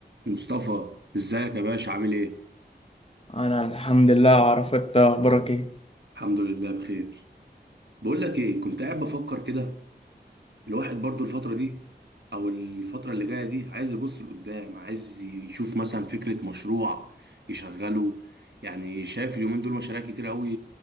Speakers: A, on the right; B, on the left.
A: مصطفى ازيك يا باشا عامل ايه
B: انا الحمد لله اعرف انت اخبارك ايه
A: الحمد لله بخير بقول لك ايه كنت قاعد بفكر كده الواحد برضو الفتره دي او الفتره اللي جايه دي عايز يبص لقدام عايز يشوف مثلا فكره مشروع يشغله يعني شايف اليومين دول مشاريع كتير قوي